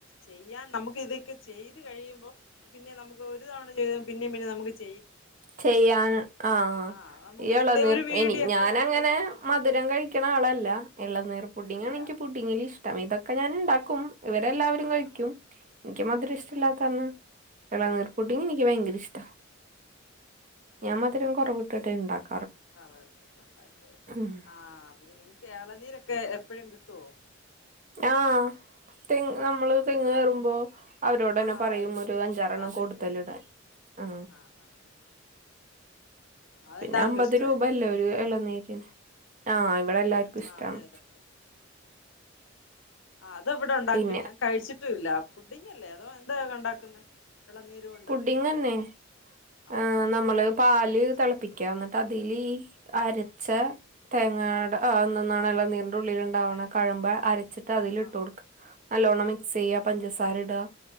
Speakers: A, on the left (about 65°); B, on the right (about 40°).
A: ചെയ്യാൻ നമ്ക്കിതൊക്കെ ചെയ്ത് കഴിയുമ്പം പിന്നെ നമുക്ക് ഒരു തവണ ചെയ്ത പിന്നിം പിന്നിം നമ്മക്ക് ചെ
B: ചെയ്യാന് ആ ആ
A: ആഹ് നമുക്ക്
B: ഈ എളനീർ
A: എന്ത ഒരു
B: പ്
A: വീഡിയോ
B: ഇനി
A: ഒക്കെ
B: ഞാൻ
A: ആണല്ലോ
B: ഞ ങ്ങനെ
A: ഇട്ട് കഴിഞ്ഞ
B: മധുരം കഴിക്കണ ആളല്ല അ എളനീ പുഡിങ്ങാണെൻക്ക്
A: അല്ല
B: പുഡിങ്ങിലിഷ്ടം ഇതൊ ക്കെ ഞാന്ണ്ടാക്കും ഇവരെ എല്ലാവരും
A: ആഹ്
B: കഴിക്കും
A: ആഹ്
B: ഉം ത്ത് മധ്‌രഷ്ടല്ലാത്തന്ന്
A: കഴിക്കും
B: ഇളനീർ
A: ഉം
B: പുഡിങ് എനിക്ക് ഭയങ്കര ഇഷ്ട ഞാൻ മധുരം കൊറവട്ടിട്ടെ ഇണ്ടാക്ക
A: ലണ്ട
B: ഉം
A: ആ പിന്നെ ഇളനീർ ക്കെ എപ്പോഴും കിട്ടുവോ
B: ആഹ അഹ തെങ്ങ് നമ്മള്
A: ആഹ്
B: തെങ്ങ് കയറുമ്പോ അവരോട്ന്നെ
A: ആഹ്
B: പറയും
A: ഇട്
B: ഒരു അഞ്ചാറെ
A: പറയല്ലേ
B: എണ്ണം കൂടുതൽ ഇടാൻ ആ
A: ആഹ് ആഹ് അതെല്ലാർക്കും
B: പിന്നെ അമ്പത്
A: ഇഷ്ടായിരിക്കും
B: രൂപ അല്ലേ ഒരു ഇളനീരിന് ആ ഇവിടെ എല്ലാർക്കും ഇഷ്ടാണ്
A: ആ അതെ അതെ അതെ ആ അത് ഇവിടെണ്ടാക്കിട്ടില്ല
B: പിന്നെ
A: ഞാൻ കഴിച്ചിട്ടും ഇല്ല പുഡിങ് അല്ലേ അതോ എന്താ ഉണ്ടാക്കുന്നെ ഇളനീര് കൊണ്ട്
B: പുഡിങ് തന്നെ
A: ആ
B: ആഏ
A: പുഡിംഗ്
B: നമ്മള്
A: തന്നെ അത്
B: പാല്
A: ഞാൻ കഴിച്ചിട്ടില്ല
B: തിളപ്പിക്കുക എന്നിട്ട് അതില് അരച്ച തേങ്ങാട്
A: ഉം
B: ആന്നന്നാണല്ല ഇളനീർ ഉള്ളിലുണ്ടാവുന്ന കഴമ്പ് അര വെച്ചിട്ട് അതിൽ ഇട്ട്
A: ആ
B: കൊടുക്ക നല്ലോണ്ണം മിക്സ് ചെയ്യ പഞ്ചസാര ഇടുക